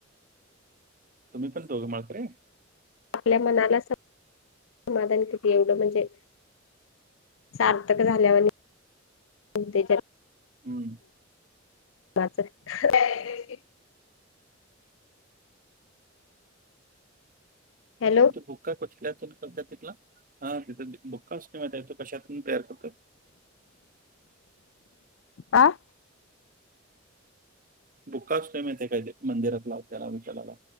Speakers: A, on the right; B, on the left.
A: तुम्ही पण दोघं माळकरी.
B: आपल्या मनाला समाधान किती एवढं म्हणजे सार्थक झाल्यावानीहोतयतर.
A: हम्म.
B: माचंह हॅलो
A: आणि तो भुक्का कुठल्यातून करत तिथला हा तिथ भुक्का क मा आहे तो कशतून तयार करतो.
B: काय?
A: बुक्का आसतोयमाहीतयका मंदिरात लावतयत विठ्ठलाला